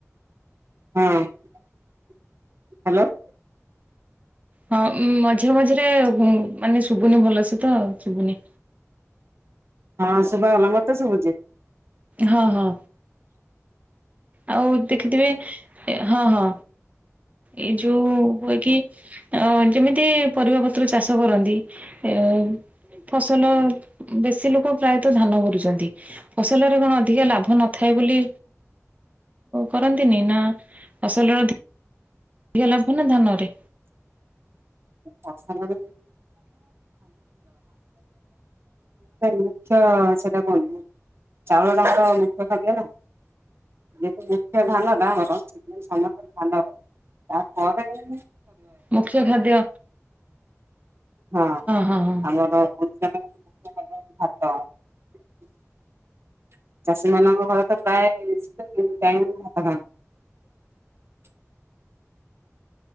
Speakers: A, on the right (about 50°); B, on the right (about 30°).
A: ହଁ ହ୍ୟାଲୋ।
B: ହଁ ମଝିରେ ମଝିରେ ମାନେ ଶୁଭୁନି ଭଲସେ ତ ଶୁଭୁନି
A: ହଁ ଶୁଭା ଗଲା ମତେ ଶୁଭୁଛି।
B: ହଁ ହଁ। ଆଉ ଦେଖିଥିବେ ହଁ ହଁ। ଏଇ ଯୋଉ ହୁଏ କି ଅ ଯେମିତି ପରିବା ପତ୍ର ଚାଷ କରନ୍ତି ଏ ଫସଲ ବେଶୀ ଲୋକ ପ୍ରାୟତଃ ଧାନ କରୁଚନ୍ତି। ଫସଲରେ କଣ ଅଧିକା ଲାଭ ନଥାଏ ବୋଲି କରନ୍ତିନି ନା ଫସଲର ଅଧିକା ଲାଭ ନା ଧାନରେ?
A: ମାନେ ମୁଖ୍ୟ ସେଟା କୁହନ୍ତି। ଚାଉଳଟା ଆମର ମୁଖ୍ୟ ଖାଦ୍ୟ ନା। ଯେମିତି ମୁଖ୍ୟ ଧାନଟା ସେଥିପାଇଁ ସମସ୍ତେ ଧାନ କରନ୍ତି। ତାପରେ ଯାଇ
B: ମୁଖ୍ୟ ଖାଦ୍ୟ।
A: ହଁ
B: ହଁ ହଁ
A: ଆମର ଚାଷୀ ମାନଙ୍କ ଘରେ ତ ପ୍ରାୟେ ସେ ତିନି ଟାଇମ୍ ତ ଭାତ ଖାଆନ୍ତି।